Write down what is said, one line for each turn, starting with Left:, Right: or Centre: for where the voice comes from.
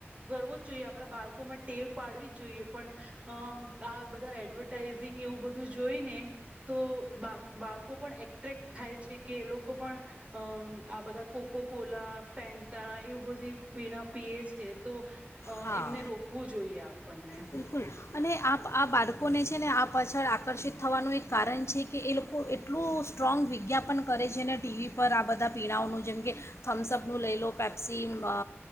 Right: કરવો જ જોઈએ આપણા બાળકોમાં ટેવ પાડવી જ જોઈએ પણ આ બધા એડવર્ટાઈઝિંગ એવું બધું જોઈ ને તો બા બાળકો પણ એટ્રેક્ટ થાય છે કે એ લોકો પણ આ બધા કોકો કોલા ફે ટા એવું બધી પીણા પીએ છે તો અ
Left: હા
Right: એમને રોકવું જોઈએ આપણને.
Left: બિલકુલ અને આ આ બાળકોને છે ને આ પાછળ આકર્ષિત થવાનું એક કારણ છે કે એ લોકો એટલું સ્ટ્રોંગ વિજ્ઞાપન કરે છે ને ટીવી પર આ બધા પીણાઓનું જેમ કે થમ્સઅપનું લઈ લો પેપ્સી અ